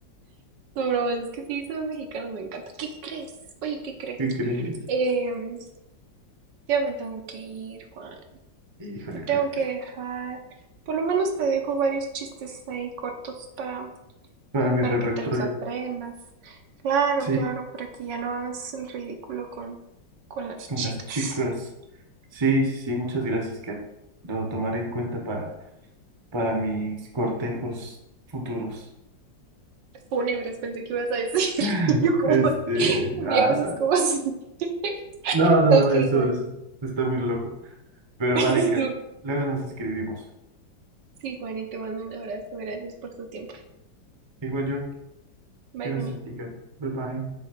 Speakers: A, on the right (about 70°); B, on the right (about 20°).
A: No, bro, es que sí, son mexicanos, me encanta. ¿Qué crees? Oye, ¿qué crees?
B: ¿Qué crees?
A: Em, ya me tengo que ir, Juan.
B: Híjole,
A: Te tengo
B: Kat.
A: que dejar. Por lo menos te dejo varios chistes ahí cortos para,
B: Para mi
A: para
B: repertorio.
A: que te los aprendas. Claro,
B: Sí,
A: claro, para que ya no hagas el ridículo con, con las
B: con
A: chicas.
B: las chicas. Sí, sí, sí, muchas gracias, Kat. Lo tomaré en cuenta para, para mis cortejos futuros.
A: Fúnebres, pensé que ibas a decir.
B: <laughs>
A: <laughs> Yo como,
B: Este, ah,
A: diablos,
B: o sea,
A: como así. <laughs>
B: no, no,
A: Ok,
B: no, eso,
A: Juan.
B: es está muy loco. Pero
A: <laughs>
B: vale, Kat, luego nos escribimos.
A: Sí, Juan, y te mando un abrazo. Gracias por tu tiempo.
B: Igual yo,
A: Bye,
B: gracias
A: Juan.
B: a ti, Kat. Bye bye.